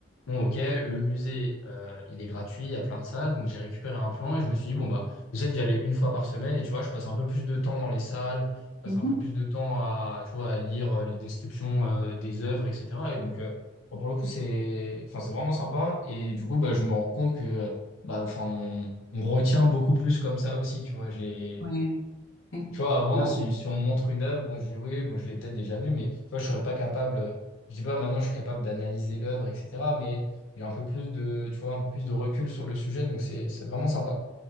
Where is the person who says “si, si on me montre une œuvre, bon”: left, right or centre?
Left